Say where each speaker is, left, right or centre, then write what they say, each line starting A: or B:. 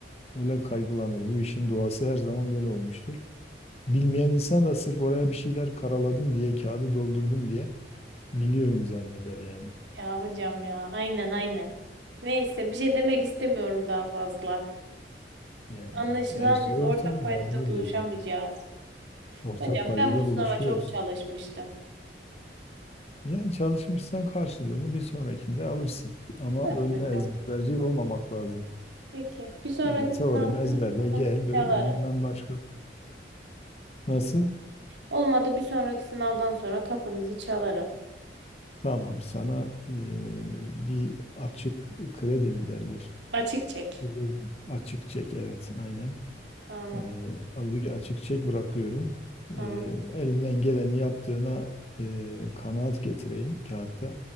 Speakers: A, on the left (about 35°); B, on the right (about 80°).
A: öyle kaygılanır. Bu işin doğası her zaman böyle olmuştur. Bilmeyen insan da sırf oraya bir şeyler karaladım diye, kağıdı doldurdum diye biliyorum zanneder yani.
B: Ya hocam ya. Aynen aynen. Neyse bir şey demek istemiyorum daha fazla.
A: Yani
B: Anlaşılan
A: her şey
B: biz ortak
A: ortada
B: paydada
A: daha ne
B: buluşamayacağız.
A: diyebilirim. Ortak
B: Hocam
A: paydada
B: ben bu sınava
A: buluşuyoruz.
B: çok çalışmıştım.
A: Yani çalışmışsan karşılığını bir sonrakinde alırsın. Ama
B: Umarım
A: böyle
B: hocam.
A: ezberci olmamak lazım.
B: Peki. Bir sonraki
A: Yani teorem
B: sınavda
A: ezberle
B: kapınızı
A: gel bö-
B: çalarım.
A: bilmem başka nasıl?
B: Olmadı bir sonraki sınavdan sonra kapınızı çalarım.
A: Tamam sana e, bir açık kredi mi derler?
B: Açık çek.
A: Evet. Açık çek evet aynen.
B: Tamam.
A: E, abi bir açık çek bırakıyorum.
B: Tamam
A: E,
B: hocam.
A: elinden geleni yaptığına e, kanaat getireyim kağıtta.